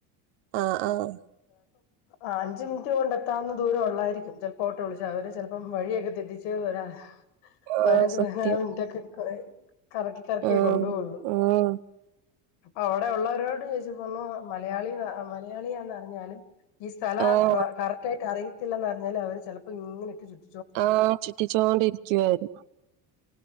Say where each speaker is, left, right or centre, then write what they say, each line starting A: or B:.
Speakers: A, on the right (about 70°); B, on the left (about 75°).
A: ആഹ് ആഹ്
B: ആഹ് അഞ്ച് മിനിറ്റ് കൊണ്ട് എത്താവുന്ന ദൂരം ഉള്ളായിരിക്കും ചിലപ്പോ ഓട്ടോ വിളിച്ച്. അവര് ചിലപ്പം വഴിയൊക്കെ തെറ്റിച്ച് വരാ
A: ആഹ്
B: പതിനഞ്ച്
A: സത്യം
B: പതിനാല് മിനിറ്റൊക്കെ എടുക്കു കറക്കി കറക്കിയേ
A: ആഹ്
B: കൊണ്ടോവൊള്ളു.
A: ഉം
B: അപ്പൊ അവിടെ ഉള്ളവരോട് ചോദിച്ചപ്പോ ഒന്ന് മലയാളി മലയാളിയാന്നറിഞ്ഞാലും. ഈ സ്ഥലം
A: ആഹ്
B: ക്ര കറക്റ്റ് ആയിട്ട് അറിയത്തില്ലന്നറിഞ്ഞാല് അവര് ചിലപ്പോ ഇങ്ങനെയിട്ട് ചുറ്റി
A: ആഹ് ചുറ്റിച്ചോണ്ടിരിക്കും അവര്.